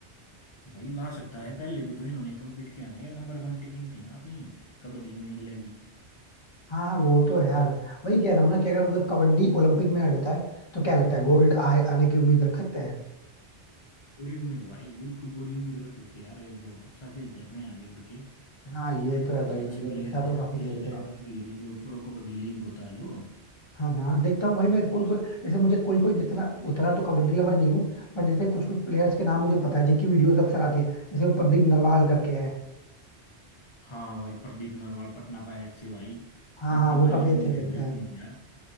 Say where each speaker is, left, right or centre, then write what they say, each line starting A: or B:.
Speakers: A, on the left; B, on the left.
A: भाई ला सकता है पहले भी तो इन्होंने कम्पीट किया ना ये नंबर वन टीम थी ना अपनी कबड्डी में इंडिया की
B: हाँ हाँ वो तो है यार वही कह रहा हूँ ना कि अगर मतलब कबड्डी ओलंपिक में ऐड होता है तो क्या लगता है गोल्ड आए आने की उम्मीद रख सकते हैं
A: पूरी उम्मीद है भाई बिल्कुल पूरी उम्मीद रख सकते हैं यार ये बहुत अच्छा खेलते हैं अपने आगे लड़के
B: हाँ ये तो है
A: इतने
B: भाई
A: अच्छे
B: मतलब
A: प्लेयर
B: अच्छा तो
A: हैं
B: काफी
A: जैसे
B: खेलते हैं
A: आप ये भी ये देख लो प्रो कबड्डी लीग होता है जो
B: हाँ हाँ देखता हूँ भाई मैं कोई कोई जैसे मुझे कोई कोई जैसे मैं उतना तो कबड्डी लवर नहीं हूँ बट जैसे कुछ कुछ प्लेयर्स के नाम मुझे पता है जिनकी वीडियोस अक्सर आती है जैसे वो प्रदीप नरवाल करके है
A: हाँ भाई प्रदीप नरवाल पटना पायरेट से भाई
B: हाँ
A: पटना
B: हाँ वो
A: पायरेट
B: काफी अच्छा
A: मेरी
B: खेलता
A: फेवरेट
B: है
A: टीम है यार